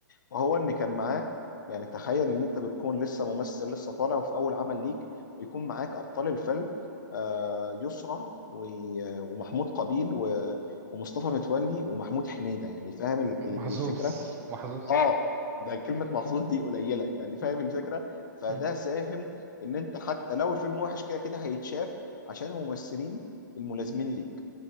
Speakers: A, on the left (about 70°); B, on the right (about 20°).
A: وهو ان كان معاه يعني تخيل ان انت بتكون لسه ممثل لسه طالع وفي اول عمل ليك ويكون معاك ابطال الفيلم آه، يسرى و- ومحمود قابيل و- ومصطفى متولي ومحمود حميدة يعني فاهم ال- ال-
B: محظوظ
A: الفكرة
B: محظوظ
A: اه ده كلمة محظوظ دي قليلة يعني فاهم
B: مم.
A: الفكرة فده
B: مم.
A: ساهم ان انت حتى لو الفيلم وحش كده كده هيتشاف عشان الممثلين الملازمين ليك